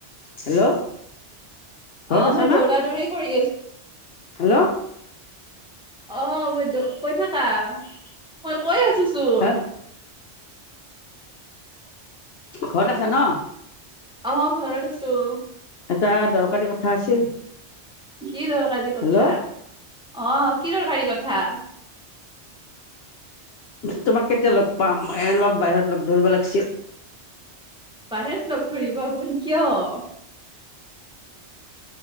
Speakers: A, on the left; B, in the centre.
A: হেল্ল' ঘত
B: অ
A: আছ
B: মই
A: ন?
B: দৌৰা দৌৰি কৰি
A: হেল্ল'?
B: অহ মই। কৈ থাকা ক কৈ আছো চোন।
A: হা ঘৰত আছা ন?
B: অ ঘৰত আছোঁ।
A: এটা দৰকাৰী কথা আছিল।
B: কি দৰকাৰী কথা?
A: হেল্ল'
B: অ কি দৰকাৰী কথা? হা
A: তোমাক কেতিয়া লগ পাম এ অলপ বাহিৰত লগ ধৰিব লাগিছিল।
B: বাহিৰত লগ ধৰিব আপুনি কিয়?